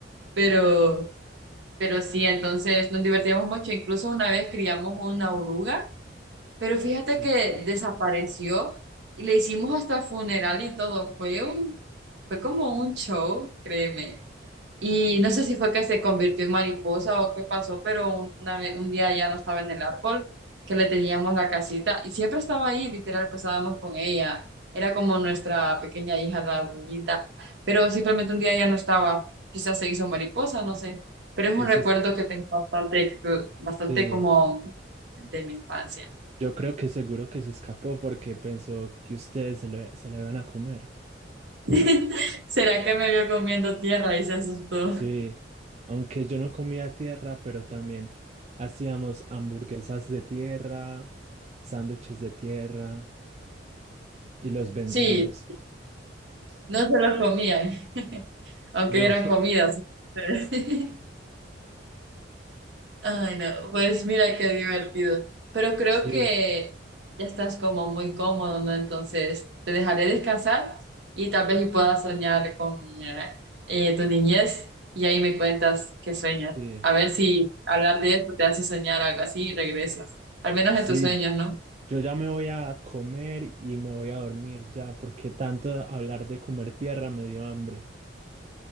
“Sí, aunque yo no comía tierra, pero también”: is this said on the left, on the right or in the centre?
Right